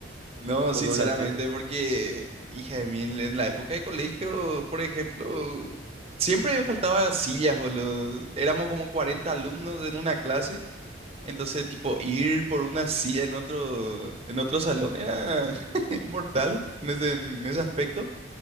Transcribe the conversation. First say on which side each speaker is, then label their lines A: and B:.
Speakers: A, on the right; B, on the right.
A: No, sinceramente,
B: un poco gracioso.
A: porque, hija de mil, en la época de colegio, por ejemplo, siempre faltaba sillas, boludo. Éramos como 40 alumnos en una clase, entonces, tipo, ir por una silla en otro, en otro salón era <laughs> mortal en ese, en ese aspecto,